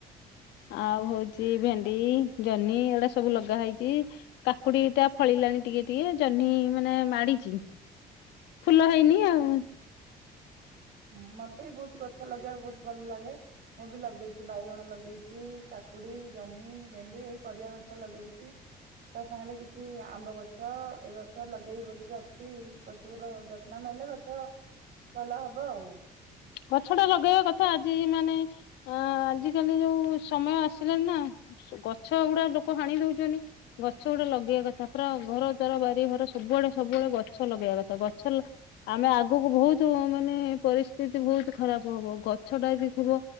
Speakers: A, on the left; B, on the right.
A: ଆଉ ହଉଛି ଭେଣ୍ଡି ଜହ୍ନି ଏଗୁଡା ସବୁ ଲ ଲଗାହେଇଛି କାକୁଡି ଟା ଫଳିଲାଣି ଟିକେ ଟିକେ ଜହ୍ନି ମାନେ ମାଡିଛି ଫୁଲ ହେଇନି ଆଉ।
B: ହୁଁ ମତେ ବି ବହୁତ ଗଛ ଲଗେଇବାକୁ ବହୁତ ଭଲ ଲାଗେ ମୁଁ ବି ଲଗେଇଛି ବାଇଗଣ ଲଗେଇଛି କାକୁଡି ଜହ୍ନି ଭେଣ୍ଡି ଏଇ ପରିବା ଗଛ ଲଗେଇଛି ତା ସାଙ୍ଗେରେ କିଛି ଆମ୍ବ ଗଛ ଏଇ ଗଛ ଲଗେଇବି ବୋଲିକି ଅଛି ଗଛ ଗୁରା ଯତ୍ନ ନେଲେ ଗଛ ଭଲ ହ ବ ଆଉ।
A: ଗଛଟା ଲଗେଇବା କଥା ଆଜି ମାନେ ଅ ଆଜିକାଲି ଯୋଉ ସମୟ ଆସିଲାଣିି ନା ଗଛ ଗୁଡା ଲୋକ ହାଣି ଦଉଛନ୍ତି ଗଛ ଗୁଡା ଲଗେଇବା କଥା ପୁରା ଘର ଦ୍ଵାର ବାରି ଘର ସବୁଆଡେ ସବୁଆଡେ ଗଛ ଲଗେଇବା କଥା ଗଛ ଆମେ ଆଗକୁ ବହୁତ ମାନେ ପରି ସ୍ଥିତି ବହୁତ ଖରାପ ହବ ଗଛ ଟା ଯଦି ଥିବ